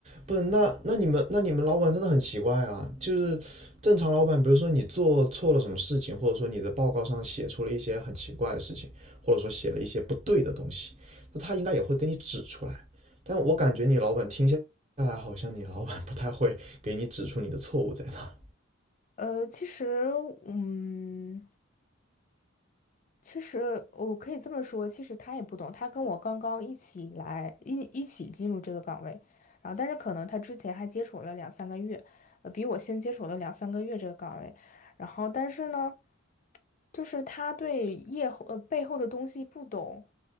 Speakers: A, on the right; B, on the left.
A: 不是，那那你们那你们老板真的很奇怪啊！就是正常老板，比如说你做错了什么事情，或者说你的报告上写出了一些很奇怪的事情，或者说写了一些不对的东西，那他应该也会给你指出来。但我感觉你老板听下来，好像你老板不太会给你指出你的错误在哪。
B: 呃，其实，嗯。其实我可以这么说，其实他也不懂，他跟我刚刚一起来一一起进入这个岗位，然后但是可能他之前还接触了两三个月，呃，比我先接触了两三个月这个岗位，然后但是呢，就是他对业后呃背后的东西不懂，